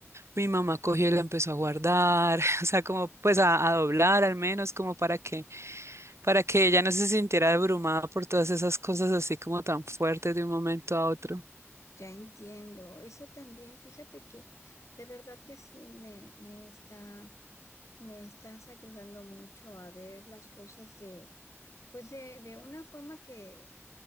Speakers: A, on the right; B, on the left.
A: mi mamá cogió y la empezó a guardar, <laughs> o sea, como, pues, a, a doblar al menos, como para que, para que ella no se sintiera abrumada por todas esas cosas así como tan fuertes de un momento a otro.
B: ya entiendo. Eso también, fíjate que de verdad que sí me, me está, me estás ayudando mucho a ver las cosas de, pues de, de una forma que